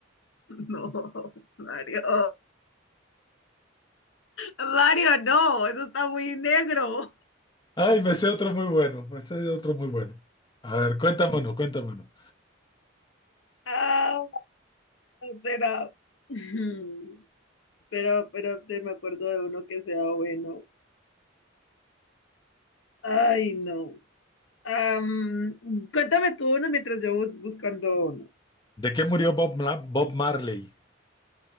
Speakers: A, on the left; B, on the left.
A: <laughs> No, Mario. Mario, no, eso está muy negro.
B: Ay, me sé otro muy bueno, me sé otro muy bueno. A ver, cuéntame uno, cuéntame uno.
A: Ah, será. Ujú. <laughs> Pero, pero se me acuerdo de uno que sea bueno. Ay, no. Am, cuéntame tú uno mientras yo bus- buscando uno.
B: ¿De qué murió Bob, Ma- Bob Marley?